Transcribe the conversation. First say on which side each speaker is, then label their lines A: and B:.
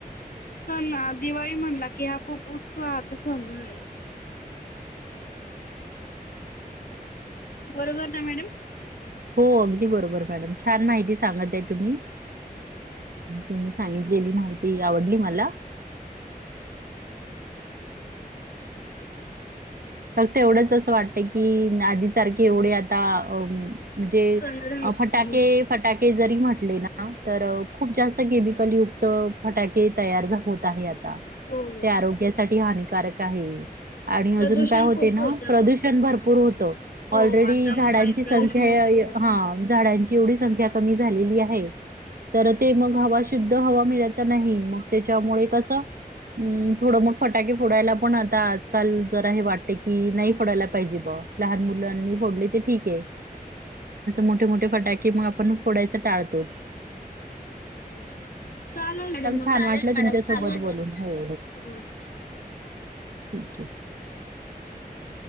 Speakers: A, on the left; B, on the right.
A: सण दिवाळी म्हणला कि हा खूप उत्साहाचा सण आहे. बरोबर ना मॅडम.
B: हो अगदी बरोबर मॅडम छान माहिती सांगत आहे तुम्ही् तुम्ही. सांगितलेली माहिती आवडली मला. फक्त एवढंच असं वाटत की आधी सारखे एवढे आता अ म्हणजे
A: सण राहिले
B: फटाके
A: नाही.
B: फटाके जरी म्हटले ना तर खूप जास्त केमिकल युक्त फटाके तयार होत आहे आता
A: हो
B: ते आरोग्यासाठी हानिकारक आहे. आणि
A: प्रदूषण
B: अजून. काय होते
A: खूप
B: ना
A: होत बरोबर.
B: प्रदूषण भरपूर होत
A: हो
B: ऑलरेडी
A: आता
B: झाडाची
A: वायू प्रदूषण
B: संख्या
A: होतं खूप
B: झाडांची एवढी संख्या
A: बरोबर.
B: कमी झालेली आहे. तर ते मग हवा शुद्ध हवा मिळत नाही मग त्याच्यामुळे कसं अ थोडं मग फटाके फोडायला पण आता आजकाल जरा हे वाटत. की नाही फोडायला पाहिजे बा लहान मुलांनी फोडली ते ठीक आहे. मोठे मोठे फटाके मग आपण फोडायच टाळतोच.
A: बरोबर. चालेल मॅडम मग
B: छान
A: चालेल
B: वाटलं
A: मॅडम
B: तुमच्यासोबत
A: ले
B: बोलून. हो,
A: हो.
B: ठीक आहे.
A: हो.